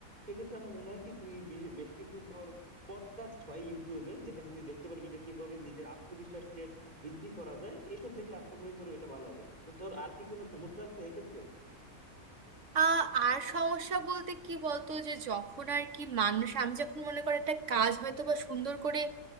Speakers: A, on the right; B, on the right.
A: সেক্ষেত্রে আমার মনে হয় কি তুই বেশ বেশ কিছু তোর পডকাস্ট হয় ইউটিউবে যেখানে তুই দেখতে পারবি যে কিভাবে নিজের আত্মবিশ্বাসকে বৃদ্ধি করা যায় এসব দেখলে আশা করি তোর এটা ভালো হবে তো তোর আর কি কোনো সমস্যা আছে এক্ষেত্রে
B: আহ, আর সমস্যা বলতে কি বলতো যে যখন আর কি মানুষ আমি যখন মনে করি একটা কাজ হয়তো বা সুন্দর করে